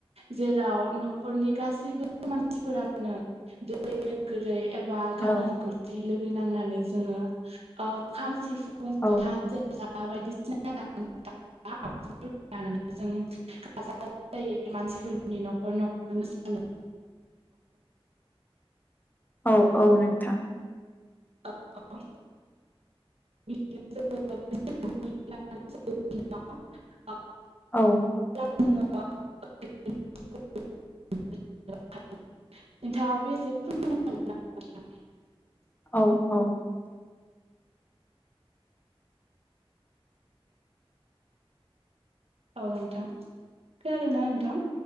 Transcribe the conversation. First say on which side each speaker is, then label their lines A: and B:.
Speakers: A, on the right (about 85°); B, on the left (about 20°).
A: जेराव न न'खरनि गासैबो मानसिफोरान <unintelligible> नोगोरै एबा गामिखौसेयै
B: औ
A: लोगो नांनानै जोङो खाम सिफुं थ
B: औ
A: हासोला बायदिसिना <unintelligible> खाम सिफुंफोर लानानै जों हाबजुबनाय जायो मानसिफोरनि न'खर न'खर न <unintelligible>
B: औ औ नोंथां <inaudible>
A: ओंखारो। <inaudible>
B: औ
A: नोंङाबा नोंथाङाबो एसे फोरमायनो हागोन नामा
B: औ औ
A: औ नोंथां खोनादोंना नोंथां